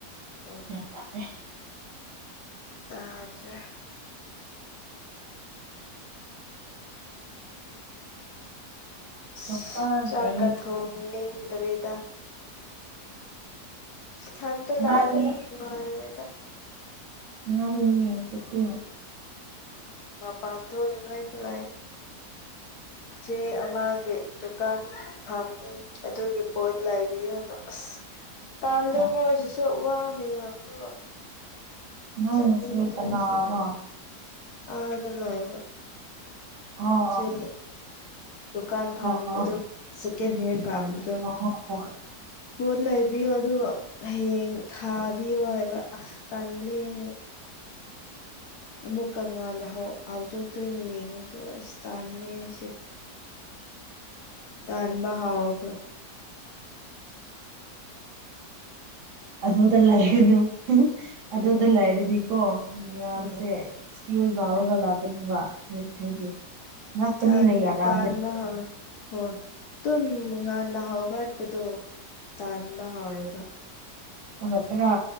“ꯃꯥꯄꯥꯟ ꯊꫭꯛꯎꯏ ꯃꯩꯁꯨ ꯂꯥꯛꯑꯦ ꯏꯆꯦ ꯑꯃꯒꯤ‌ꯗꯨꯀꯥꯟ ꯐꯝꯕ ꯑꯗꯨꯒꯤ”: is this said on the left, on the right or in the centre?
Left